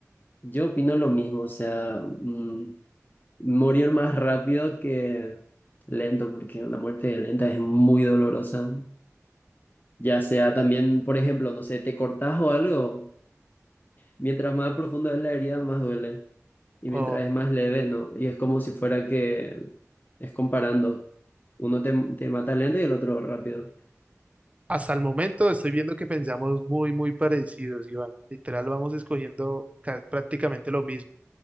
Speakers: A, on the left (about 35°); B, on the right (about 25°).
A: Yo opino lo mismo, o sea, mm, morir más rápido que lento, porque una muerte lenta es muy dolorosa. Ya sea también, por ejemplo, no sé, te cortas o algo, mientras más profundo es la herida, más duele. Y mientras
B: O
A: es más leve, ¿no? Y es como si fuera que es comparando. Uno te, te mata lento y el otro rápido.
B: hasta el momento estoy viendo que pensamos muy, muy parecidos, Iván. Literal, vamos escogiendo ca- prácticamente lo mismo.